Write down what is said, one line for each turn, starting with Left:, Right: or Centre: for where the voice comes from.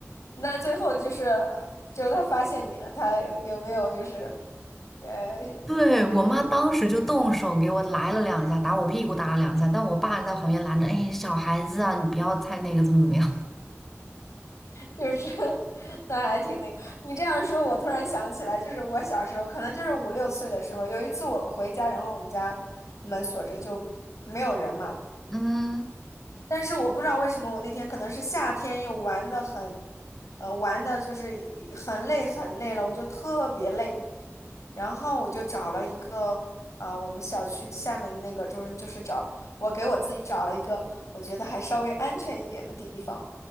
Left: 那最后就是就是他发现你了，他有有没有就是呃
Centre: 对，我妈当时就动手给我来了两下，
Left: 呃，
Centre: 打我屁股打了两下，但我爸在旁边拦着，哎，小孩子啊，你不要太那个，怎么怎么样？
Left: 就是 <laughs> 那还挺那个，你这样说，我突然想起来，就是我小时候可能就是五六岁的时候，有一次我回家，然后我们家门锁着就没有人嘛。
Centre: 嗯，
Left: 但是我不知道为什么我那天可能是夏天又玩的很，呃，玩的就是很累很累了，我就特别累，然后我就找了一个啊、我们小区下面那个就是就是找我给我自己找了一个我觉得还稍微安全一点的地方，